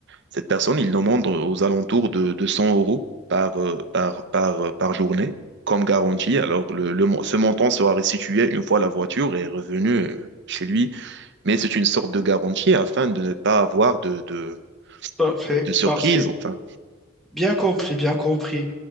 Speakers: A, on the right; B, in the centre.
A: cette personne, il demande aux alentours de, de 100 euros par, euh, par, par, euh, par journée comme garantie. Alors, le, le mo- ce montant sera restitué une fois la voiture est revenue euh, chez lui, mais c'est une sorte de garantie afin de ne pas avoir de, de,
B: Parfait,
A: de surprise,
B: parfait.
A: enfin.
B: Bien compris, bien compris.